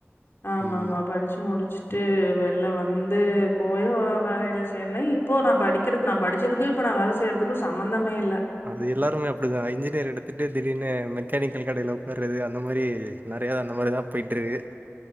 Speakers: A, on the left; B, on the right.
A: ஆமா
B: ம்.
A: ஆமா படிச்சு முடிச்சு <unintelligible> வெள்ல வந்து போயி வேலெய்ல ஸேந்தே இப்போ நா படிக்கிற நா படிச்சதுக்கு இப்ப நா வேலை செய்றதுக்கு சம்பந்தமே இல்ல
B: அது எல்லாருமே அப்டிதா இன்ஜினியர் எடுத் துட்டு திடீர்னு மெக்கானிக்கல் கடையில உக்காறது அந்த மாரி நெறையா அந்த மாரிதா பொயிட்டு ருக்கு